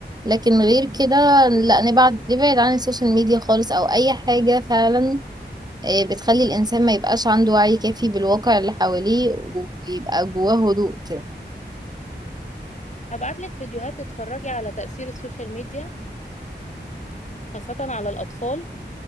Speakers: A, on the right; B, on the left.
A: لكن غير كده لا نبعد نبعد عن السوشيال ميديا خالص أو أي حاجة فعلا آه، بتخلي الإنسان ما يبقاش عنده وعي كافي بالواقع اللي حواليه ويبقى جواه هدوء كده
B: هبعت لك فيديوهات تتفرجي على تاثير السوشيال ميديا خاصه على الاطفال